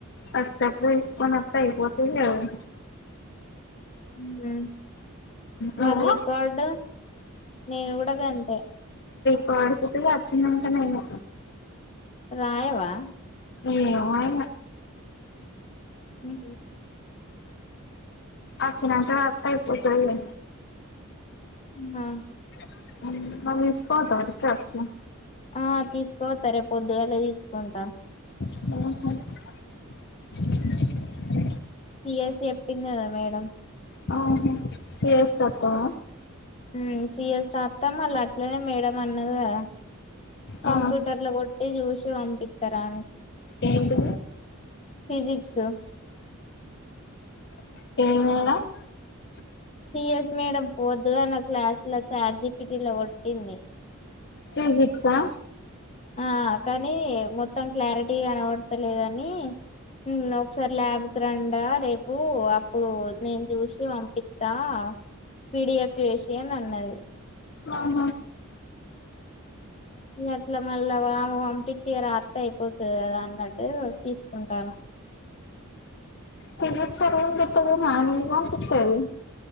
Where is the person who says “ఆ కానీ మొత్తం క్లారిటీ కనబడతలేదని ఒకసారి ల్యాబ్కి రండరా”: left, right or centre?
Left